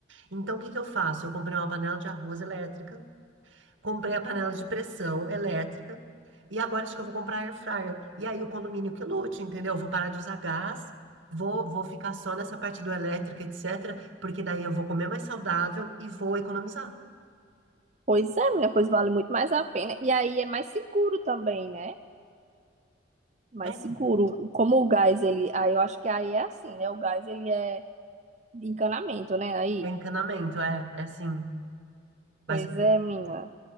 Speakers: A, on the right; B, on the right.
A: Então, o que que eu faço? Eu comprei uma panela de arroz elétrica. Comprei a panela de pressão elétrica. E agora acho que eu vou comprar air fryer. E aí o condomínio que lute, entendeu? Eu vou parar de usar gás, vou, vou ficar só nessa parte do elétrico, etc. Porque daí eu vou comer mais saudável e vou economizar.
B: Pois é, menina, pois vale muito mais a pena. E aí é mais seguro também, né? Mais
A: É,
B: seguro. Como o gás, ele. Aí eu acho que aí é assim, né? O gás, ele é de encanamento, né? Aí.
A: é encanamento, é, é assim. Mas
B: Pois é, menina.